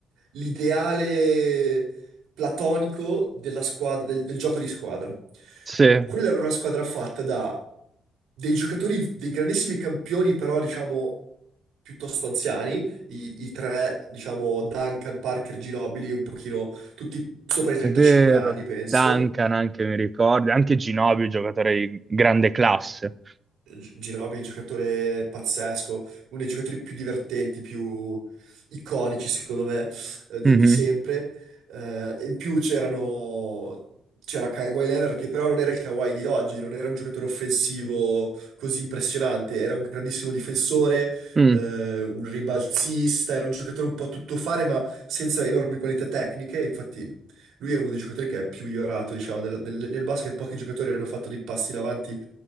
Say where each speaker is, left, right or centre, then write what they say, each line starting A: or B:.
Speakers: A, on the right; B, on the right.
A: l'ideale platonico della squadra, del, del gioco di squadra.
B: Sì, è
A: Quella era una squadra fatta da dei giocatori, dei grandissimi campioni, però diciamo piuttosto anziani, i, i tre, diciamo Duncan, Parker, Ginobili, un pochino tutti sopra i 35
B: vero.
A: anni, penso
B: Duncan anche mi ricordo, anche Ginobili, giocatore di grande classe.
A: G- Ginobili, è un giocatore pazzesco, uno dei giocatori più divertenti, più iconici, secondo me, eh, de-
B: Mhm.
A: di sempre. Eh, e in più c'erano. C'era Kawhi Leonard che però non era il Kawhi di oggi, non era un giocatore offensivo così impressionante, era un grandissimo difensore,
B: Mm.
A: eh, un ribalzista, era un giocatore un po' a tuttofare ma senza enormi qualità tecniche, infatti lui è uno dei giocatori che è più migliorato, diciamo, nel, nel- nel basket pochi giocatori hanno fatto dei passi in avanti